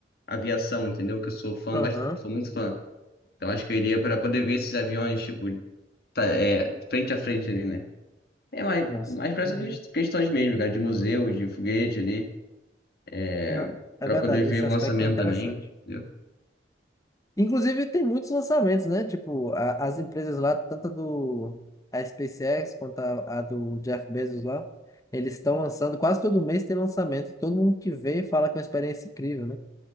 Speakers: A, on the left (about 55°); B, on the left (about 20°).
A: aviação, entendeu? Que eu sou fã,
B: Aham,
A: bast- sou muito fã. Então, acho que eu iria pra poder ver esses aviões, tipo, tá, é, frente a frente ali, né? É mais,
B: nossa.
A: mais pra essas
B: Uhum.
A: questões mesmo, cara, de museu, de foguete ali. É,
B: Não, É
A: pra
B: verdade,
A: poder ver
B: esse
A: o
B: aspecto
A: lançamento
B: é interessante.
A: também. entendeu?
B: Inclusive, tem muitos lançamentos, né? Tipo, a- as empresas lá, tanto a do a SpaceX quanto a, a do Jeff Bezos lá, eles estão lançando, quase todo mês tem lançamento. Todo mundo que vê fala que é uma experiência incrível, né?